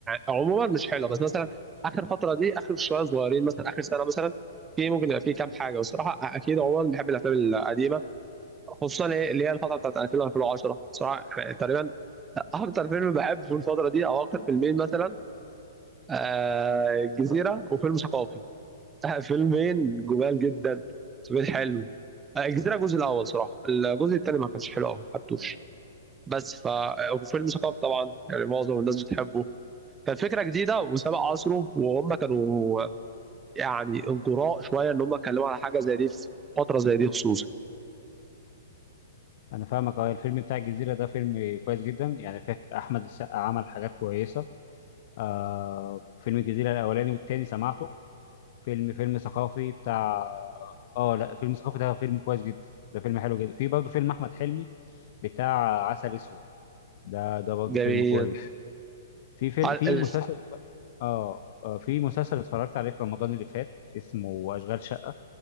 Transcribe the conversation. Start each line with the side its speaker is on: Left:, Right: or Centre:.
Right: عموما مش حلوه بس مثلا اخر فتره دي اخر شويه صغيرين مثلا اخر سنه مثلا في ممكن يبقى في كام حاجه والصراحه اكيد عموما بحب الافلام القديمه خصوصا إيه اللي هي الفتره بتاعت 2000 و 2010 صراحه يعني تقريبا اكتر فيلم بحبه الفتره دي او اكتر فيلمين مثلا آه الجزيرة وفيلم ثقافي آه فيلمين جمال جدا فيلمين حلو آه الجزيرة الجزء الأول صراحة الجزء التاني ما كانش حلو أوي ما حبتوش بس ف آه، وفيلم ثقافي طبعا يعني معظم الناس بتحبه كان فكرة جديدة وسبق عصره وهم كانوا يعني انجراء شوية إن هم اتكلموا على حاجة زي دي في فترة زي دي خصوصا
Left: انا فاهمك اه الفيلم بتاع الجزيره ده فيلم كويس جدا يعني فيه احمد السقا عمل حاجات كويسه آه فيلم الجزيره الاولاني والتاني سمعته فيلم فيلم ثقافي بتاع اه لا فيلم ثقافي ده فيلم كويس جدا ده فيلم حلو جدا في برضه فيلم احمد حلمي بتاع عسل اسود ده ده برضه
Right: جميل
Left: فيلم كويس في فيلم
Right: على-
Left: في
Right: ال-
Left: مسلسل اه آه، في مسلسل اتفرجت عليه في رمضان اللي فات اسمه اشغال شقه